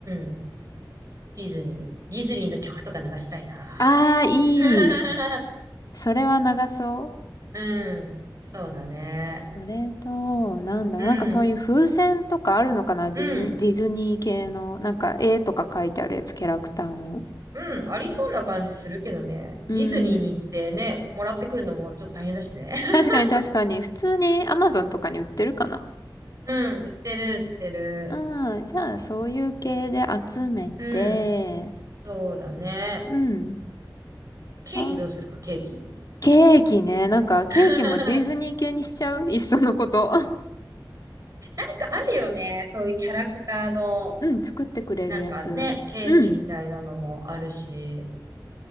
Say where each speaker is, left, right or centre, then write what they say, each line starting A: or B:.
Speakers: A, on the right; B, on the left.
A: ん。ディズニー、ディズニーの曲とか流したいな。
B: ああ、いい。
A: <laughs>
B: それは長そ
A: うん。そうだね。
B: う。それと、なんだろう、
A: うん、
B: なんかそういう風船とかあるのかなディヌ、
A: うん、
B: ディズニー系の、なんか絵とか書いてあるやつ、キャラクターの。
A: うん、ありそうな感じするけどね。
B: うん。
A: ディズニーに行ってね、もらってくるのもちょっと大変だしね。<laughs>
B: 確かに確かに。普通にアマゾンとかに売ってるかな
A: うん、売ってる、売ってる。
B: うん、じゃあ、そういう系で集めて、
A: うん、そうだね。
B: うん。
A: ケーキどうするか、
B: あ、
A: ケーキ。
B: ケーキね。なんか、ケーキもディズニー系にしちゃういっそのこと。
A: <laughs> なんかあるよね。そういうキャラクターの、
B: <laughs> うん、作ってくれるやつ。
A: なんかね、ケーキみたいなのもあるし。
B: うん。